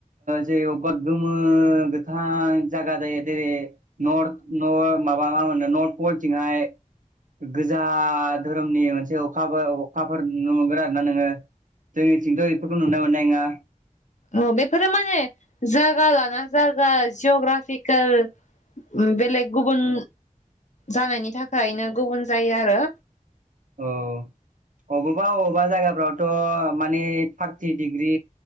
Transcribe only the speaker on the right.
जेर अगद गोमो गोथां जायगा जायो जेरै नर् माबा मा होनो नर् पलथिंहाय गोजा धोरोमनि मोनसे अखााबो अखाफोर नुनो मोनगोन आरोना नोङो जोंनिथिंथ' बेफोरखौ नुना मोननाय नङा
औ अबावबा अबावबा जायगाफ्रावथ' माने थारटि डिग्रि